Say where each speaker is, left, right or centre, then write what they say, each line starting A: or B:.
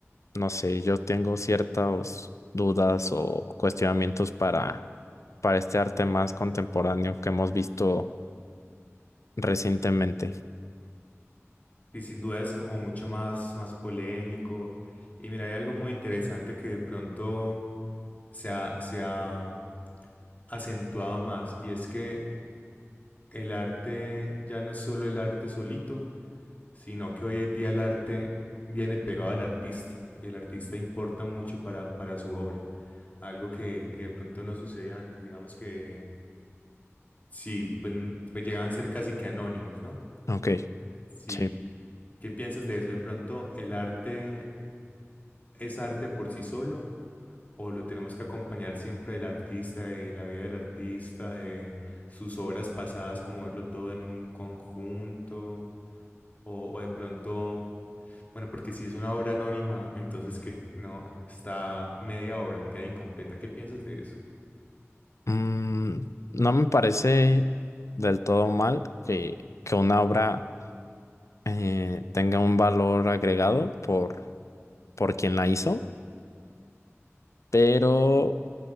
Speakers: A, on the left; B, on the left.
A: no sé, yo tengo ciertas dudas o cuestionamientos para, para este arte más contemporáneo que hemos visto recientemente.
B: Y sin duda es como mucho más, más polémico. Y mira, hay algo muy interesante que de pronto se ha, se ha acentuado más y es que el arte ya no es solo el arte solito, sino que hoy en día el arte viene pegado al artista y el artista importa mucho para, para su obra. Algo que, que de pronto no sucedía antes, digamos que sí, pues, pues llegaban a ser casi que anónimos, ¿no?
A: Ok,
B: Sí,
A: sí.
B: ¿qué piensas de eso? De pronto, ¿el arte es arte por sí solo o lo tenemos que acompañar siempre del artista, de la vida del artista, de sus obras pasadas, como verlo todo en un conjunto? O, o de pronto, bueno, porque si es una obra anónima, entonces ¿qué? No, está media obra, queda incompleta. ¿Qué piensas de eso?
A: Mm, no me parece del todo mal que, que una obra eh, tenga un valor agregado por, por quien la hizo, pero